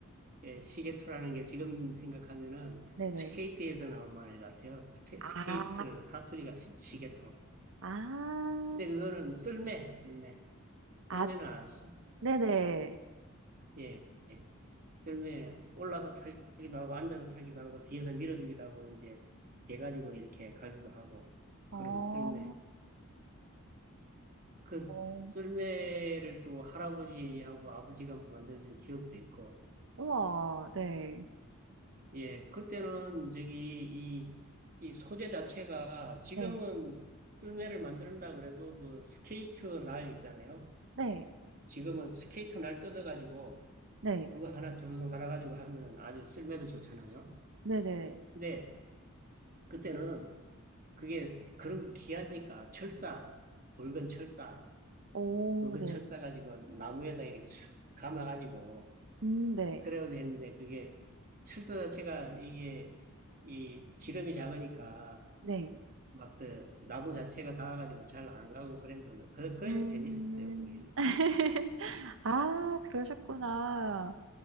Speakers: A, on the right (about 40°); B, on the right (about 65°).
A: 예, 시계토라는 게 지금 생각하면은
B: 네네.
A: 스케이트에서 나온 말 같아요. 스테, 스케이트
B: 아,
A: 사투리가 시, 시계토.
B: 아,
A: 근데 그거는 쓸매, 쓸매. 쓸매는
B: 아,
A: 아시죠?
B: 네네.
A: 예, 예. 썰매에 올라서 타기도 하고, 앉아서 타기도 하고, 뒤에서 밀어주기도 하고, 이제, 돼가지고 이렇게 가기도 하고,
B: 어,
A: 그런 썰매. 그 썰매를
B: 어,
A: 또 할아버지하고 아버지가 만들어준 기억도 있고,
B: 우와, 네.
A: 예, 그때는 저기, 이, 이 소재 자체가 지금은
B: 네,
A: 썰매를 만든다 그래도 그 스케이트 날 있잖아요.
B: 네,
A: 지금은 스케이트 날 뜯어가지고,
B: 네,
A: 그거 하나 두루둥 갈아가지고 하면은 아주 썰매도 좋잖아요.
B: 네네.
A: 근데, 그때는 그게 그런 거 귀하니까 철사, 붉은 철사,
B: 오,
A: 굵은
B: 네.
A: 철사 가지고 나무에다 이렇게 슉 감아가지고
B: 음, 네,
A: 그래가지고 했는데 그게 철사 자체가 이게 이 지름이 작으니까
B: 네.
A: 막 그 나무 자체가 닿아가지고 잘 안 가고 그랬는데 그, 그래도
B: 음,
A: 재밌었어요 그게.
B: <laughs>
A: 음.
B: 아, 그러셨구나.